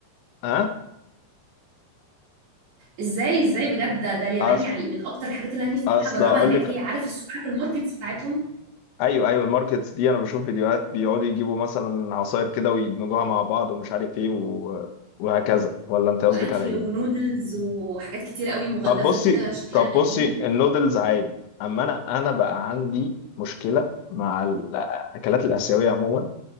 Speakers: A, on the left; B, on the right.
A: اه
B: ازاي ازاي بجد ده, ده اليابان
A: اصل
B: يعني من اكتر الحاجات اللي انا نفسي
A: اصل
B: اروح اجربها
A: اقول
B: هناك
A: لك
B: هي عارف الس... عارف الماركتس بتاعتهم
A: ايوه ايوه الماركتس دي انا بشوف فيديوهات بيقعدوا يجيبوا مثلا عصاير كده ويدمجوها مع بعض ومش عارف ايه و... وهكذا ولا انت
B: واكل
A: قصدك على ايه
B: ونودلز وحاجات كتير قوي مغلفه
A: طب بصي
B: كده شكلها
A: طب
B: غريب
A: بصي النودلز عادي اما انا انا بقى عندي مشكله مع الاكلات الاسيويه عموما